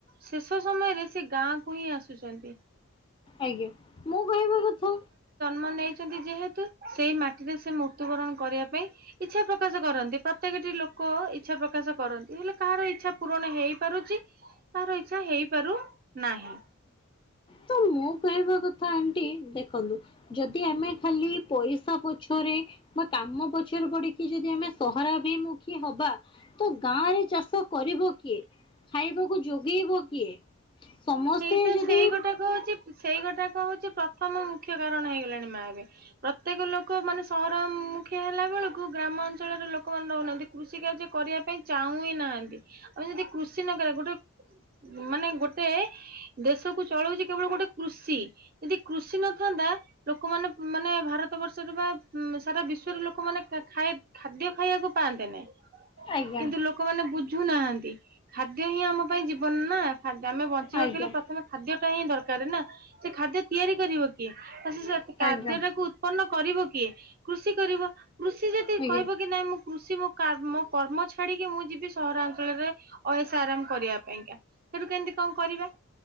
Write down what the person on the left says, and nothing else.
ଆଜ୍ଞା ମୁଁ କହିବି କଥା
ତ ମୁଁ କହିବା କଥା ଆଣ୍ଟି ଦେଖନ୍ତୁ ଯଦି ଆମେ ଖାଲି ପଇସା ପଛରେ ବା କାମ ପଛରେ ପଡିକି ଯଦି ଆମେ ସହରାଭିମୁଖୀ ହବା ତ ଗାଁରେ ଚାଷ କରିବ କିଏ ଖାଇବାକୁ ଯୋଗେଇବ କିଏ? ସମସ୍ତେ
ଯଦି
ଆଜ୍ଞା
ଆଜ୍ଞା
ଆଜ୍ଞା
ଆଜ୍ଞା